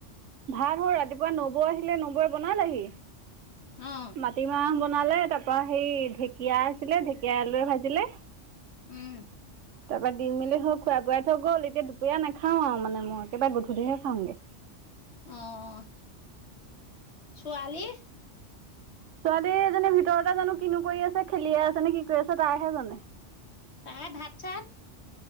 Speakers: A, on the right; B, on the left.
A: ভাত হ ৰাতিপুৱা নবৌ আহিলে, নবৌৱে বনালেহি।
B: অ'।
A: মাটিমাহ বনালে তাপা হেই ঢেঁকীয়া আছিলে, ঢেকীয়াই আলুৱে ভাজিলে।
B: উম।
A: তাপা দি মেলি হ খোৱা বোৱাই থৈ গ'ল, এতিয়া দুপৰীয়া নেখাওঁ আৰু মানে মই একেবা গধূলহে খাওঁগে।
B: অ', ছোৱালী?
A: ছোৱালী এজনী ভিতৰতে জানোঁ কিনো কৰি আছে, খেলিয়ে আছেনে কি কৰি আছে তাইহে জানে।
B: তাই ভাত চাত?